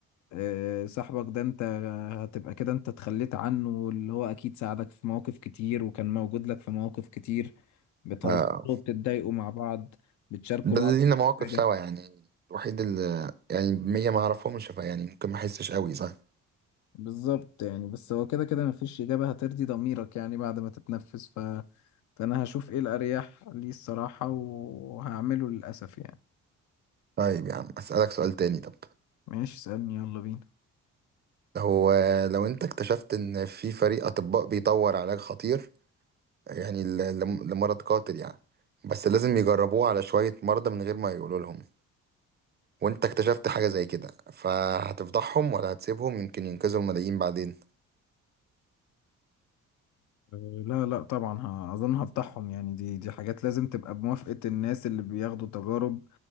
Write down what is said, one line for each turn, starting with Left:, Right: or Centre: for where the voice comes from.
Left: آه، صاحبك ده انت هتبقى كده انت اتخليت عنه اللي هو اكيد ساعدك في مواقف كتير وكان موجود لك في مواقف كتير بتهزروا
Right: آه
Left: وبتتضايقوا مع بعض بتشاركوا
Right: ده اللي
Left: بعض كل
Right: لينا مواقف
Left: حاجة
Right: سوا يعني الوحيد اللي يعني مية ما أعرفهمش فيعني ممكن ما أحسش أوي صح
Left: بالظبط يعني بس هو كده كده مفيش إجابة هترضي ضميرك يعني بعد ما تتنفس ف... فأنا هشوف إيه الأريح لي الصراحة وهعمله للأسف يعني
Right: طيب يا عم أسألك سؤال تاني طب
Left: ماشي اسألني يلا بينا
Right: هو لو انت اكتشفت ان في فريق اطباء بيطور علاج خطير يعني ل- لم- لمرض قاتل يعني بس لازم يجربوه على شوية مرضى من غير ما يقولوا لهم وانت اكتشفت حاجة زي كده فهتفضحهم ولا هتسيبهم يمكن ينقذوا الملايين بعدين
Left: أه، لا لا طبعا ه- اظن هفضحهم يعني دي دي حاجات لازم تبقى بموافقة الناس اللي بياخدوا تجارب